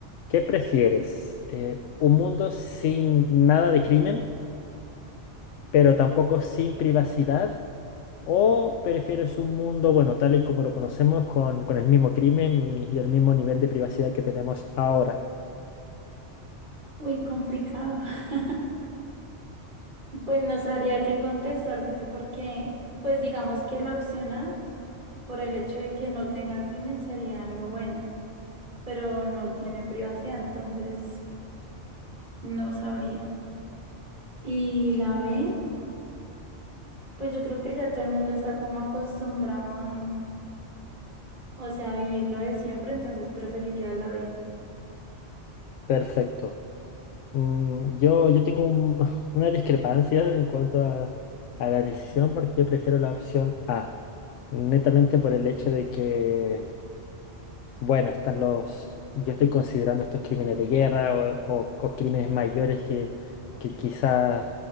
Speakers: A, on the left; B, on the right.
A: ¿Qué prefieres? Eh, ¿un mundo sin nada de crimen, pero tampoco sin privacidad? ¿O prefieres un mundo, bueno, tal y como lo conocemos, con, con el mismo crimen y, y el mismo nivel de privacidad que tenemos ahora?
B: Uy, complicado. <laughs> Pues no sabría qué contestarte porque, pues digamos que la opción A, por el hecho de que no tenga crimen, sería algo bueno, pero no tiene privacidad, entonces no sabría. Y la B, pues yo creo que ya todo el mundo está como acostumbrado a, o sea, a vivirlo de siempre, entonces preferiría la B.
A: Perfecto. Mm, yo, yo tengo un- <laughs> una discrepancia en cuanto a, a la decisión porque yo prefiero la opción A, netamente por el hecho de que... Bueno, están los, yo estoy considerando estos crímenes de guerra o, o- o crímenes mayores que, que quizás